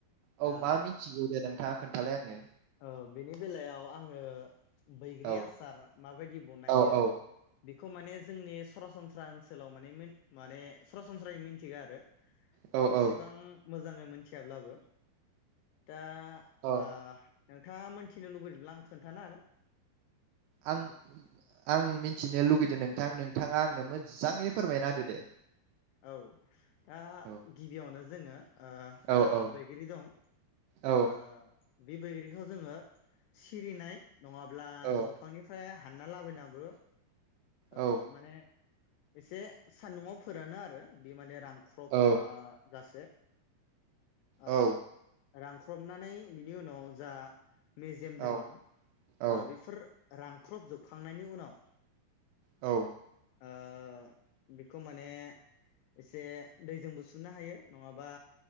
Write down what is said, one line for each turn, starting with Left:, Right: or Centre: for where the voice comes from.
Right: औ
Left: दा
Right: मा मिथिगौ दे नोंथाङा खोन्थालाय आंनो
Left: औ बेनि बेलायाव आङो बैग्रि
Right: औ
Left: आसार माबायदि बनायो
Right: औ औ
Left: बेखौ माने जोंनि सरासनस्रा ओनसोलाव माने मिन माने सरासनस्रायै मिनथिगौ आरो
Right: औ
Left: एसेबां
Right: औ
Left: मोजाङै मोथियाब्लाबो दा
Right: औ
Left: आ नोंथाङा मोनथिनो लुबैदोंब्ला आं खोन्थानो हागोन
Right: आं आं मिथिनो लुगैदों नोंथां नोंथाङा आंनो मोजाङैनो फोरमायना होदो दे
Left: औ दा
Right: औ
Left: गिबियावनो जोङो ओ
Right: औ
Left: जा
Right: औ
Left: बैग्रि दं
Right: औ
Left: ओ बि बैग्रिखौ जोङो सिरिनाय नङाब्ला
Right: औ
Left: दंफांनिफ्राय हानना लाबोनाबो ओ
Right: औ
Left: माने एसे सान्दुंआव फोरानो आरो बे माने रां ख्रप
Right: औ
Left: बा गासे आ
Right: औ
Left: रानख्रबनानै बिनि उनाव जा मेजेम
Right: औ
Left: दोङो
Right: औ
Left: ओ
Right: औ
Left: बिफोर रानख्रबजोबखांनायनि उनाव
Right: औ
Left: ओ बिखौ माने एसे दैजोंबो सुनो हायो नङाबा